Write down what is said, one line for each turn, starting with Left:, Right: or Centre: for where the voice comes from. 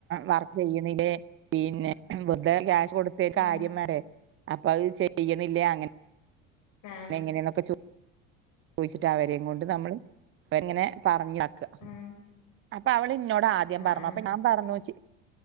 Right: വർക്ക് ചെയ്യണില്ലേ പിന്നെ വർതനെ ക്യാഷ് കൊട്ത്ത് <unintelligible>
Left: ആഹ്
Right: അപ്പൊ അത് ചെയ്യണില്ലേ അങ്ങനെ
Left: ആഹ്
Right: നെങ്ങനെ ന്നൊക്കെ ചോദിച്ചിട്ട് ആ അവരെയും കൊണ്ട് നമ്മള് <unintelligible> ങ്ങനെ പറഞ്ഞ്. <unintelligible>
Left: ആഹ്
Right: അപ്പൊ അവള് ഇന്നോട് ആദ്യം
Left: ആഹ്
Right: പറഞ്ഞു
Left: ആഹ്
Right: അപ്പൊ ഞാൻ പറഞ്ഞു ച്ചി